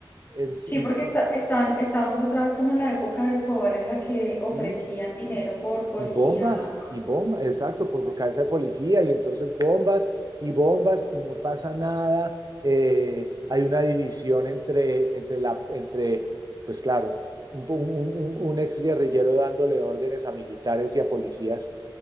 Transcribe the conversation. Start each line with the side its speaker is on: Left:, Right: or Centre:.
Right: En-
Left: Sí,
Right: en-
Left: porque está, están, estábamos otra vez como en la época de Escobar en la que
Right: sí,
Left: ofrecían dinero por policía.
Right: Y bombas, y bombas, exacto, por, por cabeza de policía, y entonces bombas y bombas, y no pasa nada. Eh, hay una división entre, entre, la, entre pues claro, un, un, un ex guerrillero dándole órdenes a militares y a policías,